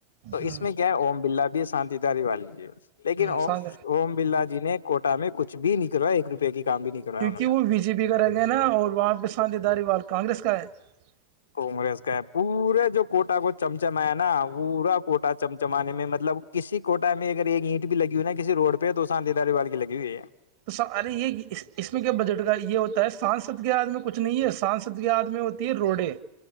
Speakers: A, on the left; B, on the right.
A: تو
B: ہ
A: اس میں کیا ہے اوم برلا کا بی شانتداری والی ہے لیکن ا
B: سان
A: اوم برلا جی نے کوٹا میں کچھ بھی نک رہا ہے ایک روپئے کی کام بھی نہیں کروایا
B: کیونک
A: انہوں نے
B: وہ بی جے پی کا رہ گیا نا اور وہاں پہ شانتی داری وال کانریس کا ک <unintelligible>
A: کگریس کا ہے پورے جو کوٹا کو چمچمایا نا پورا کوٹا چمچمانے میں مطلب کسی کوٹا میں اگر یہ اینٹ بھی لگی ہوئی نا کسی روڈ پہ تو شان داری والال کی لگ ہوئی ہے
B: تو ارے یہ اس میں کیا بجٹ کا یہ ہوتا ہے سانسد کے آدمی میں کچھ نہیں ہے سانسد کے آد میں ہوتی ہے روڈیں